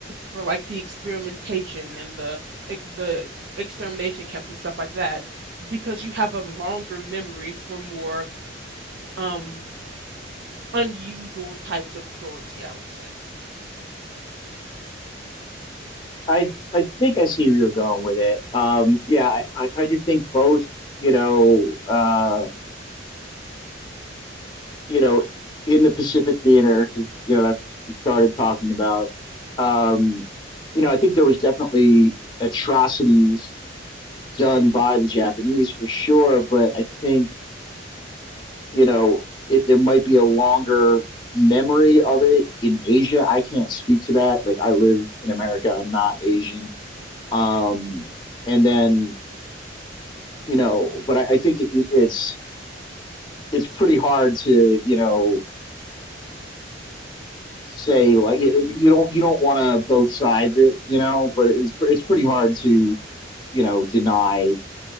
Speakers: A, on the right; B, on the left.
A: for like the experimentation and the ex- the extermination camps and stuff like that, because you have a longer memory for more um unusual types of cruelty, I would say.
B: I I think I see where you're going with it. Um, yeah, I I, I do think both. You know, uh, you know, in the Pacific Theater, because you know that we started talking about. Um, you know, I think there was definitely atrocities done by the Japanese for sure, but I think you know it, there might be a longer memory of it in Asia. I can't speak to that. Like I live in America, I'm not Asian. Um, and then you know, but I, I think it, it's it's pretty hard to you know say like you, you don't you don't want to both sides it, you know, but it's it's pretty hard to you know deny